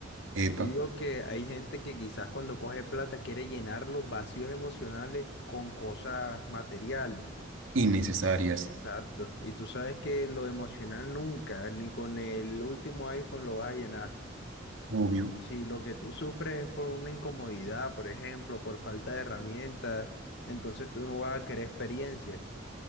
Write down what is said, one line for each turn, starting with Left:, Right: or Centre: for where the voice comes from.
Right: Epa,
Left: Yo digo que hay gente que quizás cuando coge plata quiere llenar los vacíos emocionales con cosas materiales.
Right: innecesarias,
Left: Exacto. Y tú sabes que lo emocional nunca, ni con el último iPhone lo vas a llenar.
Right: obvio,
Left: Si lo que tú sufres es por una incomodidad, por ejemplo, por falta de herramientas, entonces tú no vas a querer experiencias.